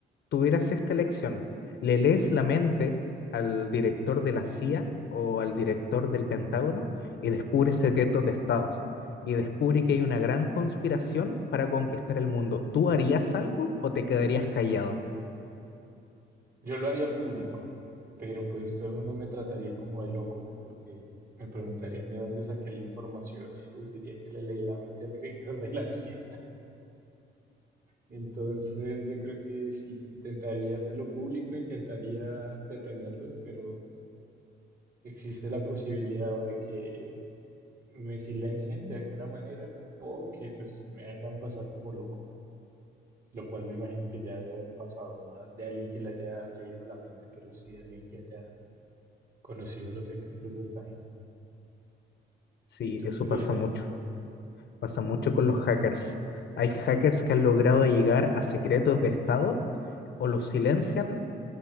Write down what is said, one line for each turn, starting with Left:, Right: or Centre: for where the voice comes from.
Left: tuvieras esta elección, ¿le lees la mente al director de la CIA o al director del Pentágono y descubres secretos de estados? Y descubre que hay una gran conspiración para conquistar el mundo. ¿Tú harías algo o te quedarías callado?
Right: yo lo haría público, pero pues todo el mundo me trataría como de loco, ¿no? Porque me preguntarían de dónde saqué la información y les diría que le leí la mente al director de la CIA. Entonces yo creo que sí, intentaría hacerlo público, intentaría detenerlos, pero existe la posibilidad o de que me silencien de alguna manera o que pues me hagan pasar como loco, lo cual me imagino que ya debe haber pasado, no de alguien que le haya leído la mente, pero sí de alguien que haya conocido los secretos de esta gente.
Left: Sí,
Right: ¿Y tú
Left: eso
Right: qué harías?
Left: pasa mucho. Pasa mucho con los hackers. Hay hackers que han logrado llegar a secretos de Estado o los silencian